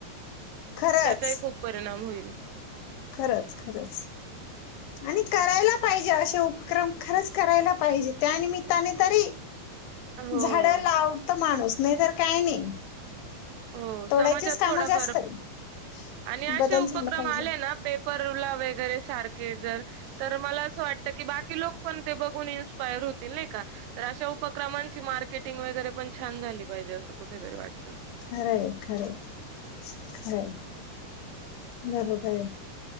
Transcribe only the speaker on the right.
त्याचाही खूप परिणाम होईल.
हो.
हो
समाजात
थोडाफार
आणि असे
उपक्रम
आले ना पेपर ला वगैरे सारखे जर तर मला असं वाटतं की बाकी लोक पण ते बघून इन्स्पायर होतील नाही का? तर अशा उपक्रमांची मार्केटिंग वगैरे पण छान झाली पाहिजे असं कुठेतरी वाटतं.